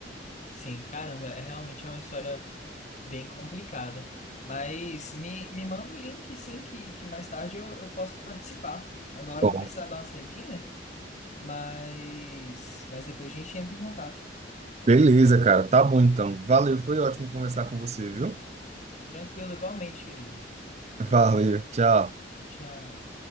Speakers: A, on the left; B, on the right.
A: Sim, caramba, é realmente é uma história. bem complicada. Mas me, me manda o link, sim, que, que mais tarde eu, eu posso participar. Agora
B: Bom,
A: eu vou precisar dar uma saidinha, mas, mas depois a gente entra em contato.
B: beleza, cara, tá bom então. Valeu, foi ótimo conversar com você, viu?
A: Tranquilo, igualmente, querido.
B: Valeu, tchau.
A: Tchau, tchau.